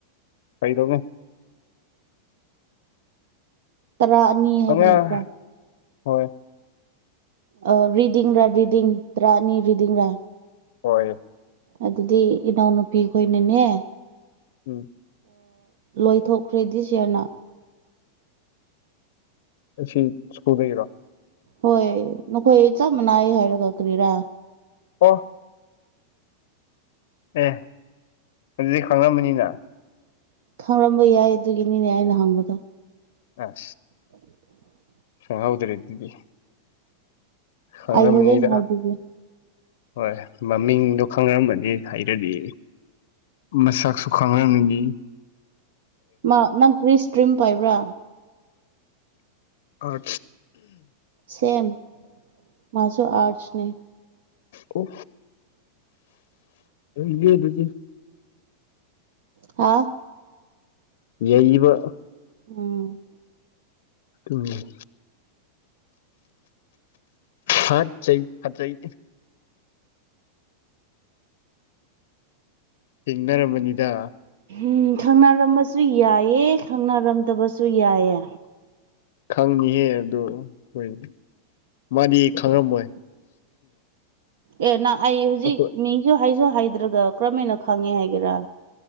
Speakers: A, on the left; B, on the right.
A: ꯀꯩꯗꯧꯕꯣ
B: ꯇꯔꯥ ꯑꯅꯤ ꯍꯥꯏꯕ
A: ꯑꯉꯥꯡ
B: ꯅꯠꯇ꯭ꯔꯥ
A: ꯍꯣꯏ
B: ꯑ ꯔꯤꯗꯤꯡ ꯔꯥ ꯔꯤꯗꯤꯡ ꯇꯔꯥ ꯑꯅꯤ ꯔꯤꯗꯤꯡ ꯔꯥ
A: ꯍꯣꯏ
B: ꯑꯗꯨꯗꯤ ꯏꯅꯥꯎꯅꯨꯄꯤ ꯈꯣꯏꯅꯅꯦ
A: ꯎꯝ
B: ꯂꯣꯏꯊꯣꯛꯈ꯭ꯔꯦ ꯗꯤꯁꯌꯥꯔꯅ
A: ꯑꯁꯤ ꯁ꯭ꯀꯨꯜꯗꯒꯤꯔꯣ
B: ꯍꯣꯏ ꯅꯈꯣꯏ ꯆꯞ ꯃꯥꯟꯅꯩ ꯍꯥꯏꯔ ꯀꯔꯤꯔꯥ
A: ꯑꯣ ꯑꯦ ꯑꯗꯨ ꯈꯪꯉꯝꯃꯅꯤꯅ
B: ꯈꯪꯔꯝꯕ ꯌꯥꯏ ꯑꯗꯨꯒꯤꯅꯤꯅꯦ ꯑꯩꯅ ꯍꯪꯕꯗꯣ
A: ꯑ
B: <unintelligible>
A: ꯍꯔꯥꯎꯗꯔꯦ ꯑꯗꯨꯗꯤ ꯈꯪꯔꯝꯃꯅꯤꯗ
B: ꯑꯥꯏꯍꯔꯦ ꯍꯥꯏꯕꯤꯒꯦ
A: ꯍꯣꯏ ꯃꯃꯤꯡꯗꯣ ꯈꯪꯅꯔꯝꯕꯅꯤ ꯍꯩꯔꯗꯤ ꯃꯁꯛ ꯁꯨ ꯈꯪꯅꯒꯗꯤ
B: ꯃꯥ ꯅꯪ ꯀ꯭ꯔꯤꯁ ꯇ꯭ꯔꯤꯝ ꯄꯥꯏꯕ꯭ꯔꯥ
A: ꯑ
B: ꯁꯦꯝ ꯃꯥꯖꯣ ꯑꯔꯠꯁ ꯅ
A: ꯑꯣ ꯇꯖꯤꯦ
B: ꯍꯥ
A: ꯌꯕ
B: ꯎꯝ
A: ꯎꯝ ꯍꯥ ꯆꯍꯤ ꯍꯥ ꯆꯍꯤ ꯊꯦꯡꯅꯔꯃꯅꯤꯗ
B: ꯎꯝ ꯈꯪꯅꯔꯝꯕꯁꯨ ꯌꯥꯏꯑꯦ ꯈꯪꯅꯔꯝꯗꯕꯁꯨ ꯌꯥꯏꯑꯦ
A: ꯈꯪꯅꯤꯍꯦ ꯑꯗꯨꯗꯣ ꯍꯣꯏ ꯃꯥꯗꯤ ꯈꯪꯉꯝꯃꯣꯏ
B: ꯑꯦ ꯅꯪ ꯑꯩ ꯍꯧꯖꯤꯛ
A: ꯑꯩꯈꯣꯏ
B: ꯃꯤꯡꯁꯨ ꯍꯥꯏꯁꯨ ꯍꯥꯏꯗ꯭ꯔꯒ ꯀꯔꯝ ꯍꯥꯏꯅ ꯈꯪꯉꯦ ꯍꯥꯏꯒꯦꯔꯥ